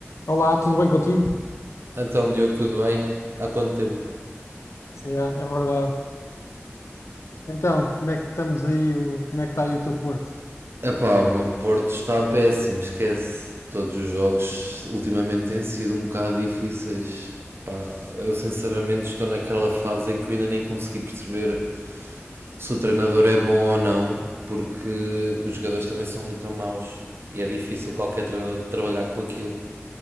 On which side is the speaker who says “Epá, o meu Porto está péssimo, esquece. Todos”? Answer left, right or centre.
Right